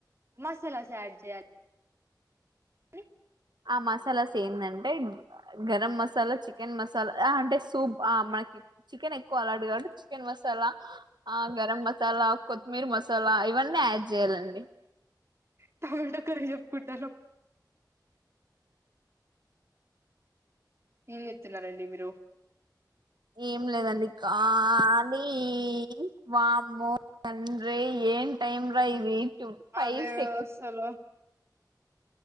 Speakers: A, on the right; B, on the right.
A: మసాలా సడ్ చేయాలి క్లిప్
B: ఆ మసాలాస్ ఏందంటే గరం మసాలా చికెన్ మసాలా అంటే సూప్ ఆ మనకి చికెన్ ఎక్కువ లార్డ్ కాబట్టి చికెన్ మసాలా ఆ గరం మసాలా కొత్తిమీర మసాలా ఇవన్నీ యాడ్ చేయాలండి
A: టమాటో కర్రీ చెప్పుకుట్టానం ఏం చెతున్నారండి మీరు
B: ఏం లేదండి కా లి నీ వామ్మో తండ్రి ఏం టైమ్ రా ఇది టూ ఫైవ్
A: అదే వ్యవస్థలో
B: సెకండ్స్